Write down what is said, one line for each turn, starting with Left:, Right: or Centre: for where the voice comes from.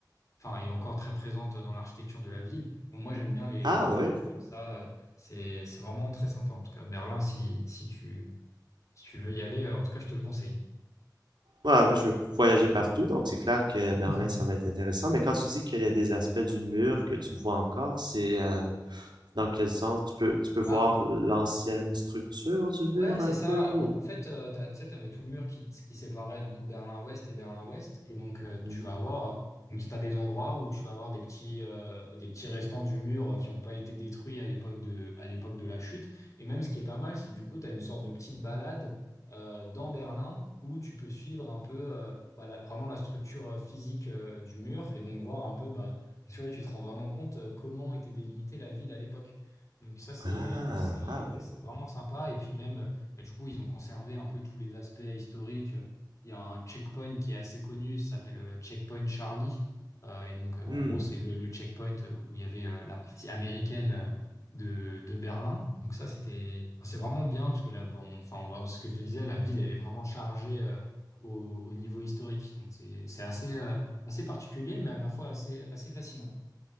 Left: enfin, est encore très présente dans l'architecture de la ville. Donc, moi, j'aime bien les,
Right: Ah
Left: les
Right: oui.
Left: villes comme ça. euh, C'est, c'est vraiment très sympa. En tout cas, Berlin, si, si tu, si tu veux y aller, euh, en tout cas, je te le conseille.
Right: Ouais, moi, je veux voyager partout, donc c'est clair que Berlin,
Left: <laughs>
Right: ça va être intéressant. Mais quand tu dis qu'il y a des aspects du mur que tu vois encore, c'est euh, dans quel sens? Tu peux, tu peux voir
Left: Bah,
Right: l'ancienne structure du mur
Left: Ouais, c'est
Right: un peu
Left: ça. En,
Right: ou...
Left: en fait, euh, t'as- tu sais, tu avais tout le mur qui, qui séparait du coup Berlin-Ouest et Berlin-Ouest. Et donc, euh,
Right: Mhm.
Left: tu vas avoir, euh, donc, t'as des endroits où tu vas avoir des petits, euh, des petits restants du mur qui n'ont pas été détruits à l'époque de, à l'époque de la chute. Et même ce qui est pas mal, c'est du coup, tu as une sorte de petite balade euh, dans Berlin où tu peux suivre un peu euh, bah, la- vraiment la structure euh, physique euh, du mur et donc voir un peu, bah, tu vois, tu te rends vraiment compte euh, comment était délimitée la ville à l'époque. Donc ça, c'est,
Right: Ah,
Left: c'est,
Right: ah oui.
Left: c'est vraiment sympa. Et puis même, bah, du coup, ils ont conservé un peu tous les aspects historiques. Il y a un checkpoint qui est assez connu, ça s'appelle euh, Checkpoint Charlie. Euh, et donc, euh, en
Right: Hmm,
Left: gros, c'est le, le checkpoint où il y avait euh, la partie américaine euh, de, de Berlin. Donc ça, c'était, enfin, c'est vraiment bien parce que là, bon, enfin, en vrai, ce que je te disais, la ville, elle est vraiment chargée euh, au, au niveau historique. Donc c'est, c'est assez, euh, assez particulier, mais à la fois assez, assez fascinant.